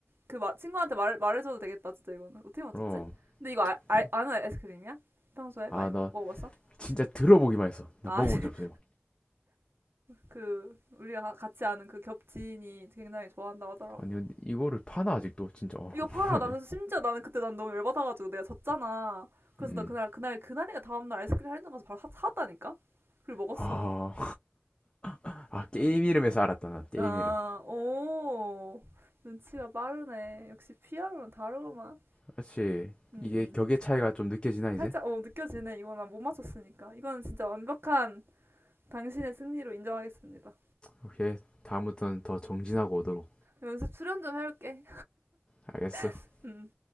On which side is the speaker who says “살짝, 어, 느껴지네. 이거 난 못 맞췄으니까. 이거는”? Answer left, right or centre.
Right